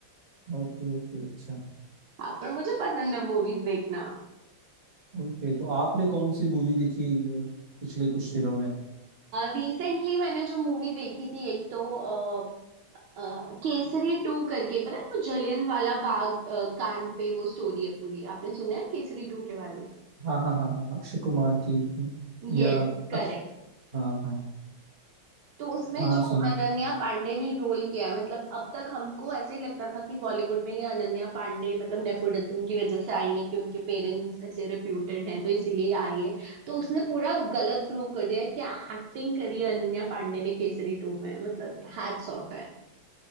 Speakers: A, on the right; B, on the right.
A: ओके ओके अच्छा
B: हाँ पर मुझे पसंद है मूवीज देखना
A: ओके तो आपने कौन सी मूवी देखी अ, पिछले कुछ दिनों में
B: रिसेंटली मैंने जो मूवी देखी थी एक तो अ, अ, केसरी टू करके पता है वो जलियन वाला बाग अ, कांड पे वो स्टोरी है पूरी आपने सुना है केसरी टू के बारे में
A: हाँ हाँ हाँ हाँ अक्षय कुमार की
B: Yes
A: या अक्ष-
B: correct
A: हाँ हाँ
B: तो उसमें
A: हाँ
B: जो
A: सुना
B: अनन्या
A: है।
B: पांडे ने रोल किया है मतलब अब तक हमको ऐसे ही लगता था कि बॉलीवुड में ये अनन्या पांडे मतलब नेपोटिज्म की वजह से आई है कि उनके पेरेंट्स ऐसे रेप्यूटेड हैं तो इसीलिए आई हैं तो उसने पूरा गलत प्रूव कर दिया क्या एक्टिंग करी है अनन्या पांडे ने केसरी टू में मतलब हैट्स ऑफ है